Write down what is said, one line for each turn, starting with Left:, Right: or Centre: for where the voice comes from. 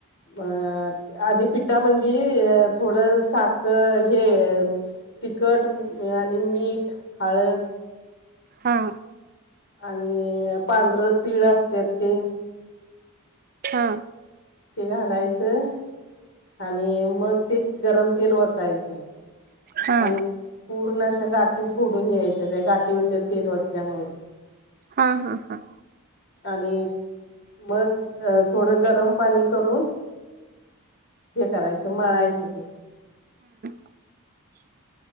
Left: अ आधी पिठा मंदी. थोडं साखर हे तिखट आणि मीठ हळद.
Right: हा
Left: आणि... पांढर तीळ असत ते
Right: हा
Left: ते घालायचं आणि मग ते गरम तेल वतायचं.
Right: हा
Left: आणि पूर्ण अशा गाठी फोडून घ्यायच्या त्या गाठी होत्या तेल वतल्यामुळे
Right: हा.. हा.. हा
Left: आणि मग अ.. थोडं गरम पाणी करून हे करायचं मळायचं ते
Right: <inaudible>